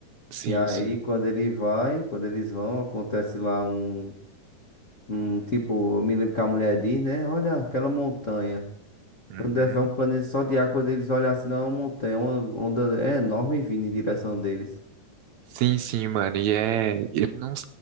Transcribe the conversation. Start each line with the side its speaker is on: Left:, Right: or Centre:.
Right: sim,
Left: E aí,
Right: sim,
Left: quando ele vai, quando eles vão, acontece lá um, um tipo, eu me lembro que a mulher diz, né? Olha aquela montanha.
Right: uhum.
Left: Quando é é um planeta só de água, quando eles olham assim, não é uma montanha, é uma onda enorme vindo em direção deles.
Right: Sim, sim, mano, e é. Eles não,